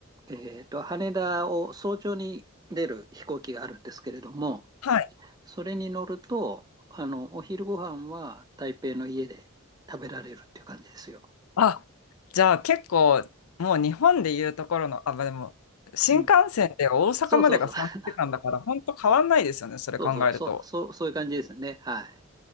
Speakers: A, on the right (about 15°); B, on the left (about 80°).
A: えっと、羽田を早朝に出る飛行機があるんですけれども、
B: はい
A: それに乗ると、あの、お昼ご飯は台北の家で食べられるっていう感じですよ。
B: あ、じゃあ結構、もう日本でいうところの、あ、まあでも、新幹線で大阪までが3時間だから、
A: うん。そうそうそう。<laughs>
B: 本当変わんないですよね、それ考えると。
A: そうそう、そう、そう、そういう感じですね。はい。